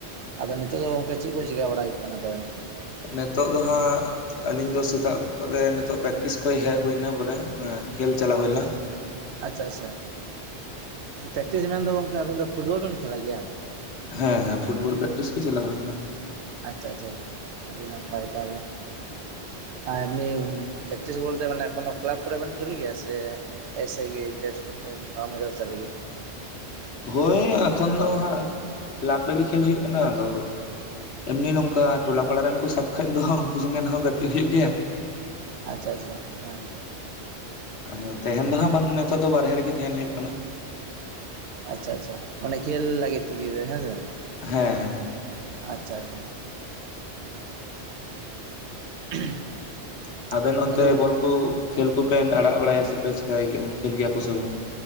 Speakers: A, on the right; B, on the left.
A: ᱟᱫᱚ ᱱᱤᱛᱚᱜ ᱫᱚ ᱜᱚᱝᱠᱮ ᱪᱮᱫ ᱠᱚ ᱪᱤᱠᱟ ᱵᱟᱲᱟ ᱦᱩᱭᱩᱜ ᱠᱟᱱᱟ ᱛᱚᱵᱮ?
B: ᱱᱤᱛᱚᱫᱚ ᱦᱟᱸᱜ ᱟᱹᱞᱤᱧ ᱫᱚ ᱥᱮᱛᱟᱜ ᱨᱮ ᱱᱤᱛᱚᱜ ᱯᱨᱮᱠᱴᱤᱥ ᱠᱷᱚᱡ ᱦᱮᱡ ᱦᱩᱭ ᱮᱱᱟ ᱵᱚᱞᱮ ᱚᱱᱟ ᱠᱷᱮᱞ ᱪᱟᱞᱟᱣ ᱦᱩᱭ ᱞᱮᱱᱟ,
A: ᱟᱪᱪᱷᱟ ᱟᱪᱪᱷᱟ ᱯᱮᱠᱴᱤᱥ ᱢᱮᱱᱫᱚ ᱜᱚᱝᱠᱮ ᱟᱹᱵᱮᱱ ᱫᱚ ᱯᱷᱩᱴᱵᱚᱞ ᱵᱮᱱ ᱠᱷᱮᱞᱟ ᱜᱮᱭᱟ?
B: ᱦᱮᱸ ᱦᱮᱸ ᱯᱷᱩᱴᱵᱚᱞ ᱯᱮᱠᱴᱤᱥ ᱜᱮ ᱪᱟᱞᱟ ᱦᱩᱭ ᱞᱮᱱᱟ ᱾
A: ᱟᱪᱪᱷᱟ ᱟᱪᱪᱷᱟ ᱟᱪᱪᱷᱟ ᱟᱹᱰᱤ ᱱᱟᱯᱟᱭ ᱛᱟᱦᱚᱞᱮ ᱾ ᱟᱨ ᱮᱢᱱᱤ ᱯᱨᱠᱴᱤᱥ ᱵᱚᱞᱛᱮ ᱢᱟᱱᱮ ᱠᱳᱱᱳ ᱠᱞᱟᱵᱽ ᱠᱚᱨᱮ ᱵᱮᱱ ᱠᱷᱮᱞ ᱜᱮᱭᱟ ᱥᱮ ᱮᱥᱮ ᱜᱮ ᱡᱟᱥᱴ <unintelligible> ᱞᱟᱜᱤ ᱛᱮ
B: ᱦᱳᱭ ᱮᱠᱷᱚᱱ ᱫᱚ ᱦᱟᱸᱜ ᱠᱟᱹᱞᱟᱵ ᱨᱮᱜᱮ ᱠᱷᱮᱞ ᱦᱩᱭᱩᱜ ᱠᱟᱱᱟ ᱟᱫᱚ ᱮᱢᱱᱤ ᱱᱚᱝᱠᱟ ᱴᱚᱞᱟ ᱯᱟᱲᱟ ᱨᱮᱱ ᱠᱚ ᱥᱟᱵ ᱠᱷᱟᱱᱡ ᱫᱚ ᱩᱱᱠᱩ ᱥᱚᱸᱜᱮᱱ ᱦᱚᱸ ᱜᱟᱛᱮᱜ ᱦᱩᱭᱩᱜ ᱜᱮᱭᱟ᱾
A: ᱟᱪᱪᱷᱟ ᱟᱪᱪᱷᱟ, ᱦᱮᱸ᱾
B: ᱟᱫᱚ ᱛᱟᱦᱮᱱ ᱫᱚᱦᱟᱸᱜ ᱵᱟᱝ ᱱᱤᱛᱚᱜ ᱫᱚ ᱵᱟᱨᱦᱮ ᱨᱮᱜᱮ ᱛᱟᱦᱮᱱ ᱦᱩᱭᱩᱜ ᱠᱟᱱᱟ᱾
A: ᱟᱪᱪᱷᱟ ᱟᱪᱪᱷᱟ ᱢᱟᱱᱮ ᱠᱷᱮᱞ ᱞᱟᱹᱜᱤᱫ ᱛᱮᱜᱮ ᱦᱮᱸᱥᱮ
B: ᱦᱮᱸ ᱦᱮᱸ
A: ᱟᱪᱪᱷᱟ ᱟᱪᱪᱷᱟ <unintelligible>
B: ᱟᱵᱮᱱ ᱚᱱᱛᱮ
A: ᱟᱫᱚ
B: ᱵᱚᱞ ᱠᱚ ᱠᱷᱮᱞ ᱠᱚᱯᱮᱱ ᱟᱲᱟᱜ ᱵᱟᱲᱟᱭᱟ ᱥᱮᱯᱮ ᱪᱮᱤᱠᱟᱹᱭ ᱜᱮᱭᱟ ᱠᱷᱮᱞ ᱜᱮᱭᱟ ᱠᱚ ᱥᱮ ᱵᱟᱝ